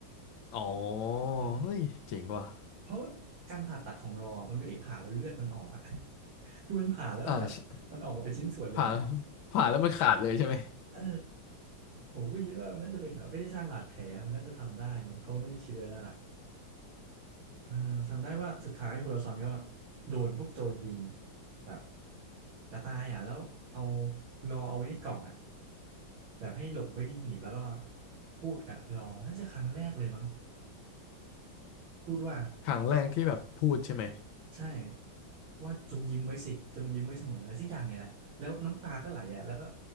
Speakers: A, on the left (about 80°); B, on the right (about 80°).
A: อ๋อ
B: เออ
A: เฮ้ยเจ๋งว่ะ
B: เพราะว่าการผ่าตัดของรอมันไม่ได้ผ่าแล้วเลือดมันออกอ่ะ <laughs> คือมันผ่าแล้วมันแบบมันออกมาเป็นชิ้นส่วนเลยอ่ะ
A: อ่าใช่ผ่าผ่าแล้วมันขาดเลยใช่ไหม
B: เออผมก็คิดว่ามันน่าจะเป็นแบบไม่ได้สร้างบาดแผลมันน่าจะทำได้มั้งเขาน่าจะคิดไว้แล้วล่ะเออจำได้ว่าสุดท้ายโฮโลซอนก็โดนพวกโจรยิงแบบจะตายอ่ะแล้วเอารอเอาไว้ในกล่องอ่ะ แบบให้หลบไว้ที่หีบแล้วก็พูดกับรอน่าจะครั้งแรกเลยมั้งพูดว่า
A: ครั้งแรกที่แบบพูดใช่ไหม
B: ใช่ว่าจงยิ้มไว้สิจงยิ้มไว้เสมออะไรสักอย่างไงแหละแล้วน้ำตาก็ไหลอ่ะแล้วก็